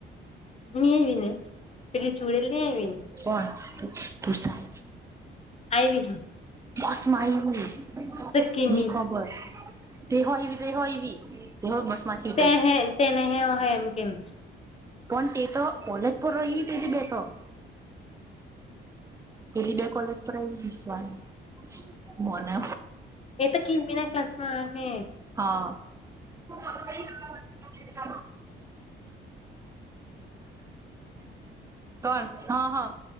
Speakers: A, on the left (about 30°); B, on the right (about 15°).
A: નનીં આવી ને પેલી ચૂડેલ નહી આવી ને
B: કોણ તું <unintelligible> સા,
A: આઈવી તી,
B: બસ માં આયવી,
A: તો કિમી
B: ની ખબર તે હોયવી તે હોયવી. તે હો બસ માંથી,
A: તે હે તેને હ એમ કેમ.
B: પણ તે તો કોલેજ પર રહી પી બેતો પેલી બે કોલેજ પર આવી હસવાનું મોને
A: એ તો કિમી ના ક્લાસમાં અમે
B: હા <unintelligible> કોણ હા હા,